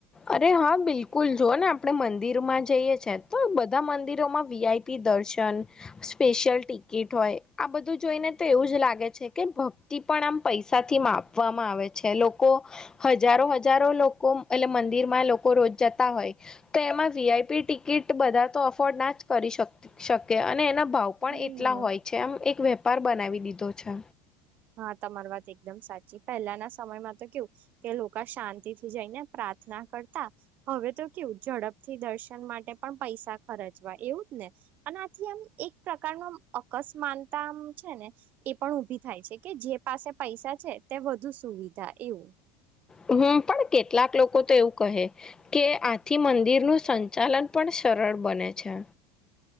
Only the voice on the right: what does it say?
હમ
હા, તમારી વાત એકદમ સાચી, પહેલાના સ સમયમા તો કેઉ કે લોકા શાંતિથી જઈને પ્રાર્થના કરતા હવે, તો કેવું ઝડપ થી દર્શન માટે પણ પૈસા ખર્ચવા એવુંજ, ને અને આથી, એમ એક પ્રકાર નો બસ માનતામ છેને, એ પણ ઉભી થાય છે. કે જે પાસે પૈસા છે, તે વધુ સુવિધા એવુ